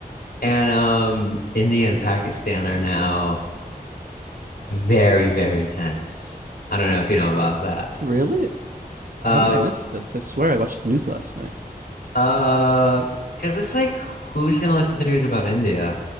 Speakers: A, on the left (about 80°); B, on the right (about 60°).
A: And um, India and Pakistan are now very, very tense. I don't know if you know about that.
B: Really?
A: Um,
B: How did I miss this? I swear I watched the news last night.
A: uh, because it's like, who's gonna listen to news about India?